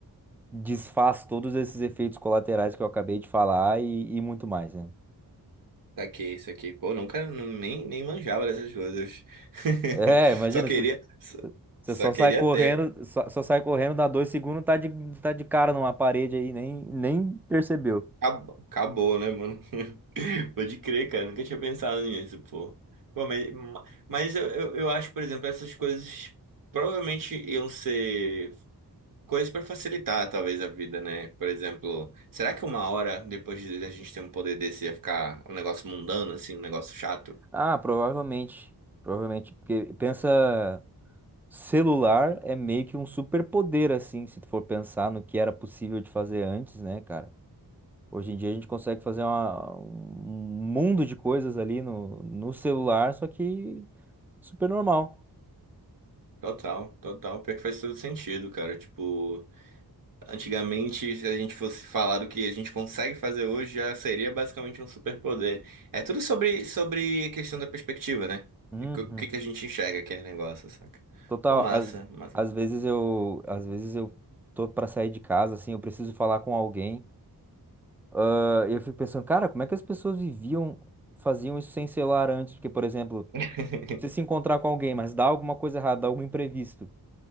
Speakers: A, in the centre; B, on the right.
A: desfaz todos esses efeitos colaterais que eu acabei de falar e, e muito mais, né?
B: Saquei isso aqui. Pô, nunca nu- nem, nem manjava dessas coisas. <laughs>
A: É, imagina,
B: Só queria.
A: você
B: Só,
A: você
B: só
A: só
B: queria
A: sai correndo,
B: ter.
A: só, só sai correndo, dá dois segundos, tá de, tá de cara numa parede aí, nem, nem percebeu.
B: Acab- Acabou, né, mano? <laughs> Pode crer, cara. Nunca tinha pensado nisso, pô. Pô, mas ma- mas eu, eu, eu acho, por exemplo, essas coisas provavelmente iam ser coisas pra facilitar, talvez, a vida, né? Por exemplo, será que uma hora depois de a gente ter um poder desse ia ficar um negócio mundano, assim, um negócio chato?
A: Ah, provavelmente. Provavelmente. Porque pensa, celular é meio que um superpoder, assim, se tu for pensar no que era possível de fazer antes, né, cara? Hoje em dia a gente consegue fazer uma- um mundo de coisas ali no, no celular, só que super normal.
B: Total, total. Pior que faz todo sentido, cara. Tipo, antigamente, se a gente fosse falar do que a gente consegue fazer hoje, já seria basicamente um superpoder. É tudo sobre, sobre questão da perspectiva, né?
A: Uhum.
B: E co- o que que a gente enxerga aquele negócio, saca?
A: Total,
B: Pô, massa,
A: às,
B: massa.
A: às vezes eu, às vezes eu tô pra sair de casa, assim, eu preciso falar com alguém. Ah, Eu fico pensando, cara, como é que as pessoas viviam, faziam isso sem celular antes? Porque, por exemplo,
B: <laughs>
A: você se encontrar com alguém, mas dá alguma coisa errada, dá algum imprevisto,